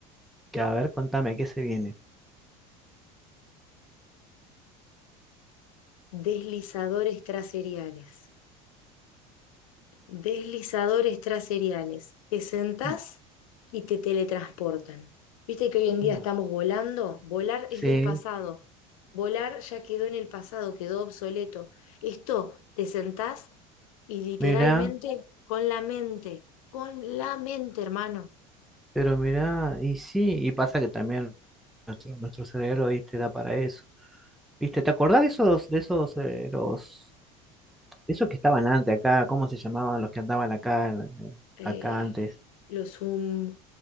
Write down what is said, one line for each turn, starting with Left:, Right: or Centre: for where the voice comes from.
Centre: Que a ver, contame, ¿qué se viene?
Left: Deslizadores traseriales. deslizadores traseriales. Te sentás
Centre: Mm,
Left: y te teletransportan. Viste que hoy en día
Centre: mm.
Left: estamos volando. Volar
Centre: Sí,
Left: es del pasado. Volar ya quedó en el pasado, quedó obsoleto. Esto, te sentás y literalmente
Centre: mira,
Left: con la mente, con la mente, hermano.
Centre: pero mira, y sí, y pasa que también nuestro, nuestro cerebro, viste, da para eso. ¿Viste? ¿Te acordás de esos, de esos, eh, los Esos que estaban antes acá, ¿cómo se llamaban los que andaban acá, eh,
Left: Eh,
Centre: acá antes?
Left: los hum-